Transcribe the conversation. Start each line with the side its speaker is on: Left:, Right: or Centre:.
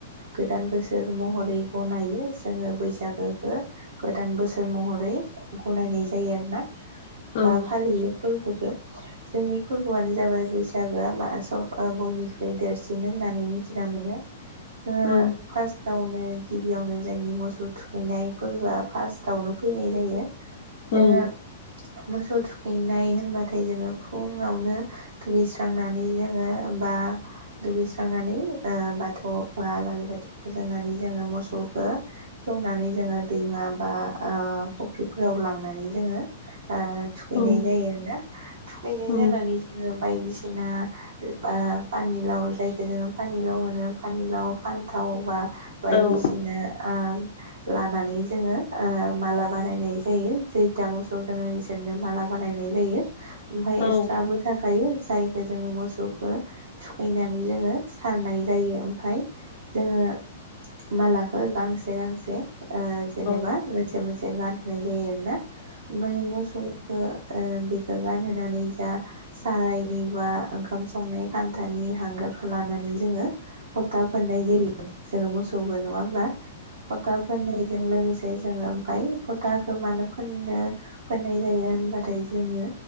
Right: गोदान बोसोर महरै गनायो जोंङो बैसागोखौ गोदान बोसोर महरै गनायनाय जायो आरोना
Left: औ
Right: बा फालियो फोरबोखौ जोंनि फोरबोआनो जाबाय बैसागोआ <unintelligible> बयनि बे देरसिन होननानै मिथिना मोनो जोंङो
Left: औ
Right: फार्टाव‌ नो गिबियावनो जोंनि मोसौ थुखैनाय फोरबोआ फार्सटआवनो फैनाय जायो जोंङो
Left: औ
Right: मोसौ थुखै हैनाय होनबाथाय जोंङो फुंङावनो दुगैस्रांनानै जोंङो बा दुगैस्रांनानै ओ बाथौ बा आलारि बाथि फोजोंनानै जोङो मोसौखौ खेवनानै जोङो दैमा बा ओ फुख्रिफोराव लांनानै जोङो ओ थुखैनाय
Left: औ
Right: जायो आरोना थुखैनाय
Left: औ
Right: जानानै जोङो बायदिसिना <unintelligible> पानिलाव जायखो जोङो पानिलाव होनो पानिलाव फानथाव बा
Left: औ
Right: बायदिसिनो आ लानानै जोङो ओ माला बानायनाय जायो खैथा मोसौ दङ इसोरनो माला बानायनाय जायो। ओमफ्राय
Left: औ
Right: एक्सट्राबो
Left: औ
Right: थाखायो। जायखौ जोङो मोसौखौ थुखैनानै जोङो सारनाय जायो ओमफ्राय जोङो मालाखो गांसे गांसे ओ जेनेबा
Left: औ
Right: मोनसे मोन जों गानहोनाय जायो आरोना बै मोसौखो ओ बेखौ गानहोनानै जा सारायनि बा ओंखाम संनाय खान थानि हांगारफोर लानानै जोङो। फथा फोननाय जायो जोङो मोसौ जौबो नङा होमबा फथा फोननायजों लोगोसे जोङो ओमफ्राय फथाखौ मानो फनो फोननाय जायो होनबाथाय जोङो